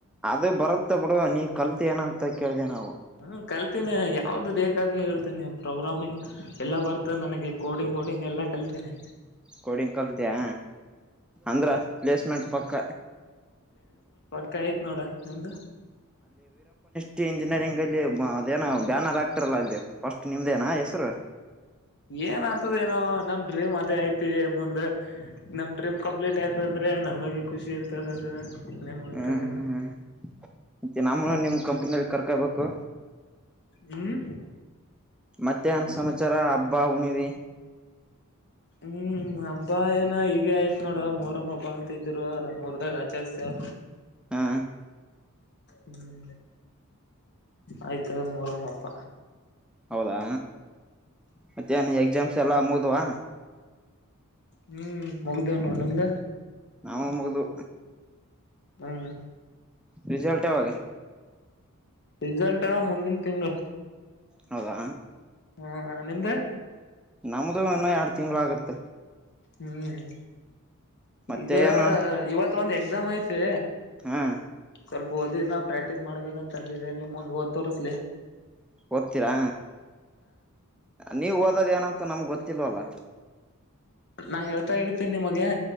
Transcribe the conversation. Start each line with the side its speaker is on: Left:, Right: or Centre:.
Centre: ಅದು ಬರುತ್ತ ಬಿಡು ನೀ ಕಲ್ತಿ ಏನ ಅಂತ ಕೇಳ್ದ ನಾವು
Left: ಹ್ಮ ಕಲ್ತೀನಿ ಯಾವದು ಬೇಕಾದ್ರೂ ಹೇಳ್ತಾನೆ ಪ್ರೋಗ್ರಾಮಿಂಗ್ ಎಲ್ಲ ಬರ್ತಾನ ನನಗೆ ಕೋಡಿಂಗ್ ಬೋಡಿಂಗ್ ಎಲ್ಲ ಕಲ್ತಿನಿ
Centre: ಕುಂಡಿಂಗ್ ಕಲ್ತ್ಯ. ಅಂದ್ರ ಪ್ಲೇಸ್ಮೆಂಟ್ ಪಕ್ಕ.
Left: ಕ ಐತ್ ನೋಡ ನಿಂದು.
Centre: ಟಿ ಇಂಜಿನಿಯರಿಂಗ್ ಅಲ್ಲಿ ಬ ಅದೇನ ಬ್ಯಾನರ್ ಆಗ್ತರಲ್ಲಾ ಅಲ್ಲಿ ಫಸ್ಟ್ ನಿಮ್ದೇನ ಹೆಸ್ರು.
Left: ಏನ್ ಆತದ ಏನೋ ನಮ್ ಡ್ರೀಮ್ ಅದೇ ಐತಿ ಮುಂದ. ನಮ್ ಡ್ರೀಮ್ ಕಂಪ್ಲೀಟ್ ಆಯ್ತ ಅಂದ್ರೆ ನಮಗೆ ಖುಷಿ ಇರ್ತದ ಅದ. ಇನ್ನೇನ್ ಮಾಡ್ತದೇನ.
Centre: ಹ್ಮ್ ಮತ್ತೆ ನಮ್ಮೂ ನಿಮ್ ಕಂಪ್ನ್ಯಾಗ್ ಕರ್ಕೊಬೇಕು.
Left: ಹ್ಮ್
Centre: ಮತ್ತ್ಯನ್ ಸಮಾಚಾರ ಹಬ್ಬ ಹುಣವಿ.
Left: ಹ್ಮ್ ಹ್ಮ್ ಹಬ್ಬ ಏನ ಹೀಗೆ ಆಯ್ತ್ ನೋಡ ಮೂರಮ್ಮ್ ಹಬ್ಬ ಅಂತ ಇದ್ರು ನಮ್ಮೂರದಾಗ್ ಆಚರಸ್ತೆವ
Centre: ಹಾ
Left: ಹ್ಮ್ ಆಯ್ತದ ಮೋರಮ್ ಹಬ್ಬ.
Centre: ಹೌದಾ ಮತ್ತೆನ ಎಕ್ಸಾಮ್ಸ್ ಎಲ್ಲಾ ಮುಗದುವಾ.
Left: ಹ್ಮ್ ಮುಗದಾವ್ ನಿಮ್ದ.
Centre: ನಮ್ಮು ಮುಗದು.
Left: ಹ್ಮ್
Centre: ರಿಜಲ್ಟ್ ಯಾವಾಗ.
Left: ರಿಜಲ್ಟ್ ಅ ಮುಂದಿನ ತಿಂಗಳ.
Centre: ಹೌದಾ
Left: ಹಾ ನಿಂದ.
Centre: ನಮ್ದು ಇನ್ನ ಎರಡ ತಿಂಗಳ ಆಗತ್ತ.
Left: ಹ್ಮ್
Centre: ಮತ್ತೆ
Left: ಈಗ
Centre: ಏನು
Left: ಇವತ್ ಒಂದ ಎಕ್ಸಾಮ್ ಐತೆ.
Centre: ಹಾ
Left: ಸ್ವಲ್ಪ ಓದಿದ್ ನ ಪ್ರಾಕ್ಟೀಸ್ ಮಾಡ್ಬೇಕಂತ ಅಂದಿದ್ದೆ ನಿಮ್ ಮುಂದ ತೋರಿಸ್ಲಿ.
Centre: ಓದ್ತೀರಾ ನೀವ ಓದೋದ ಏನಂತ ನಮ್ಗ್ ಗೊತ್ತಿಲ್ವಲ್ಲ.
Left: ನಾ ಹೇಳ್ತಾ ಇರ್ತೀನಿ ನಿಮಗೆ